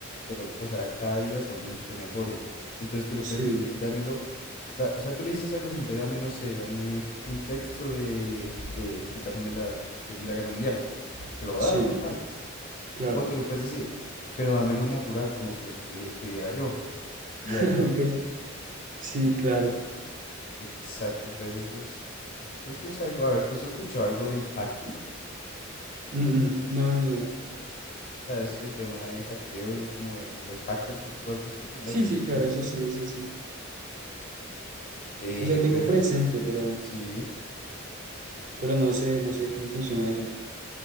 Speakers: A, on the left (about 45°); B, on the right (about 40°).
A: pero, o sea, cada día son mucho mejores. Entonces tú le
B: sí,
A: puedes decir, dámelo, da- o sea, tú le dices algo simple, dame, no sé, dame un texto de, de explicándome la Segunda Guerra Mundial y te lo va
B: sí,
A: a dar, normal.
B: claro.
A: O tú le puedes decir, pero dámelo natural, como si lo escri- escribiera yo. Y
B: <laughs>
A: ahí ya.
B: Ok, sí,
A: En-
B: claro.
A: Exacto, entonces eso es, eso es algo, a ver, ¿tú has escuchado algo del hacking?
B: Mm, mm, no, ni idea.
A: O sea, es el tema de hackeos, como de los hackers, tú has visto pe- las
B: Sí,
A: películas
B: sí, claro,
A: y
B: eso
A: todo
B: sí,
A: eso.
B: eso sí.
A: Eh,
B: O sea, tengo
A: pues
B: presente,
A: resulta,
B: pero,
A: sí,
B: pero no sé, no sé cómo funciona eso.